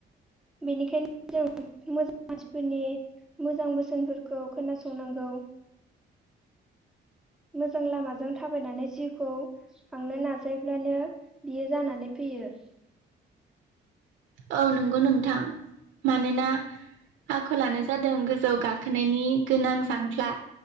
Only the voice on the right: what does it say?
औ नंगौ नोंथां मानोना आखलानो जादों गोजौ गाखोनायनि गोनां जांख्ला